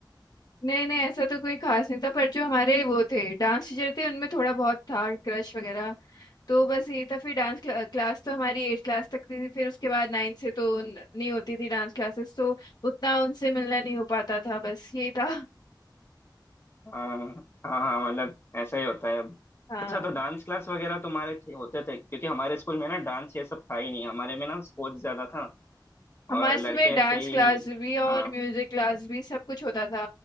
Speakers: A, on the left; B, on the left.
A: नहीं नहीं ऐसा तो कोई खास नहीं था पर जो हमारे वो थे डांस टीचर थे उनमें थोड़ा बहुत था क्रश वगैरह तो बस ये था फिर डांस क्लास तो हमारी एट क्लास तक थी फिर उसके बाद नाइन से तो न- नहीं होती थी डांस क्लासेस तो उतना उनसे मिलना नहीं हो पाता था बस ये था
B: अ, हाँ हाँ मतलब ऐसा ही होता है अब
A: हाँ
B: अच्छा तो डांस क्लास वगैरह तुम्हारे थे, होते थे क्योंकि हमारे स्कूल में ना डांस ये सब था ही नहीं हमारे में ना स्पोर्ट्स ज्यादा था
A: हमारे
B: और
A: समय
B: लड़के
A: डांस
B: ऐसे ही
A: क्लास भी और
B: हाँ
A: म्यूजिक क्लास भी सब कुछ होता था